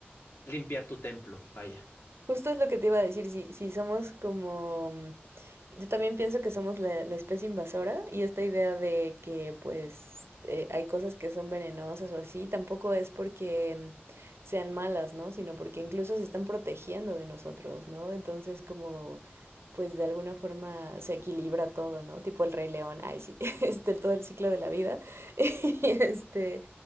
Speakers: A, on the left; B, on the right.
A: limpiar tu templo, vaya.
B: justo es lo que te iba a decir, si, si somos como mm, Yo también pienso que somos la, la especie invasora y esta idea de que pues eh, hay cosas que son venenosas o así, tampoco es porque mm, sean malas, ¿no? Sino porque incluso se están protegiendo de nosotros, ¿no? Entonces como pues de alguna forma se equilibra todo, ¿no? Tipo el Rey León, ay sí, <laughs> este, todo el ciclo de la vida <laughs> Y este,